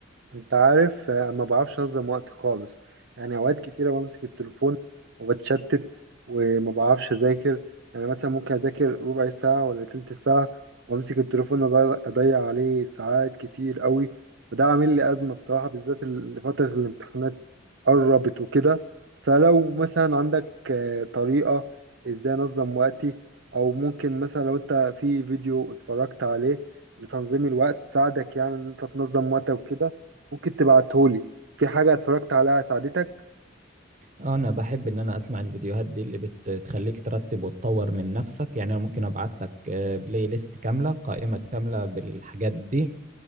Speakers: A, on the right (about 65°); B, on the right (about 35°).
A: انت عارف آه، ما بعرفش انظم وقت خالص يعني اوقات كتيره بمسك التليفون وبتشتت وما بعرفش اذاكر يعني مثلا ممكن اذاكر ربع ساعه ولا تلت ساعه وامسك التليفون اضيع أضيع عليه ساعات كتير قوي فده عامل لي ازمه بصراحه بالذات ال- فتره الامتحانات قربت وكده فلو مثلا عندك آه، طريقه ازاي انظم وقتي او ممكن مثلا لو انت في فيديو اتفرجت عليه لتنظيم الوقت ساعدك يعني ان انت تنظم وقتك وكده ممكن تبعتهولي في حاجة اتفرجت عليها ساعدتك
B: انا بحب ان انا اسمع الفيديوهات دي اللي بتخليك ترتب وتطور من نفسك يعني انا ممكن ابعت لك آه، بلاي ليست كامله قائمه كامله بالحاجات دي